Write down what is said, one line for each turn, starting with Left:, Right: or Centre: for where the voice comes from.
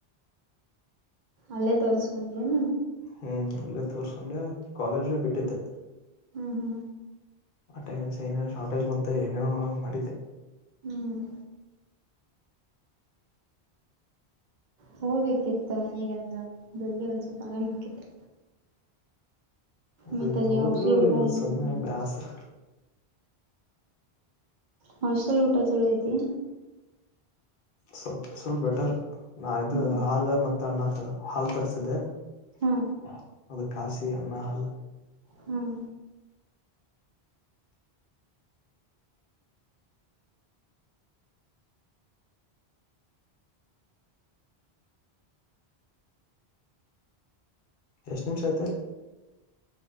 Right: ಅಲ್ಲೇ ತೋರಿಸಕೊಂಡಿ ಏನ
Left: ಹ್ಮ್ ಅಲ್ಲೇ ತೋರ್ಸ್ಕೊಂಡೆ ಕಾಲೇಜು ಬಿಟ್ಟಿದ್ಯಾ.
Right: ಹ್ಮ್ ಹ್ಮ್
Left: ಆ ಟೈಮ ಏನೇ ಶಾರ್ಟೇಜ್ ಬಂತ ಏನೇನೋ ಮಾಡಿದ್ದೆ.
Right: ಹ್ಮ್ ಹೋಗ್ಬೇಕಿತ್ತು ಮನೆಗೆ ಅಂದ್ರ ಜಲ್ದಿ ಒಂದ್ ಸ್ವಲ್ಪ ಆರಾಮ ಆಕಿತ್ತು
Left: ಅಲ್ಲಿ
Right: ಮತ್ತ್ ಅಲ್ಲೇ
Left: ಹೋದ್ರು
Right: ಹಾಸ್ಟೆಲ್ ಊಟ ಹೆಂಗ್
Left: ಸುಮ್ನೆ
Right: ಐತಿ
Left: ಬ್ಯಾಸ್ರ.
Right: ಹಾಸ್ಟೆಲ್ ಊಟ ಚಲೋ ಐತಿ
Left: ಸಲ್ ಸ್ವಲ್ಪ ಬೆಟರ್ ನಾ ಇದು
Right: ಹ್ಮ್
Left: ಹಾಲ್ ಮತ್ ಅನ್ನ ಹಾಲ್ ತರಿಸಿದ್ದೆ ತರಿಸ್ತಿತಿದೆ
Right: ಹಾ
Left: ಅದ ಕಾಸಿ ಅನ್ನ ಹಾಲ್
Right: ಹ್ಮ್
Left: ಎಷ್ಟ ನಿಮಿಷ ಆಯ್ತ